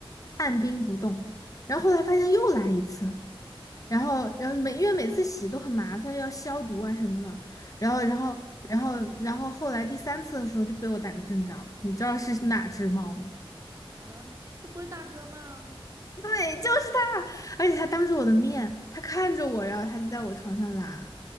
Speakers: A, on the left; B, on the right.
A: 按兵不动，然后后来发现又来一次。然后，然后每因为每次洗都很麻烦，要消毒啊什么的。然后，然后，然后，然后后来第三次的时候就被我逮个正着，你知道是哪只猫吗？<laughs>
B: 啊，这不是大哥吗？
A: 对，就是它，而且它当着我的面，它看着我，然后它就在我床上拉，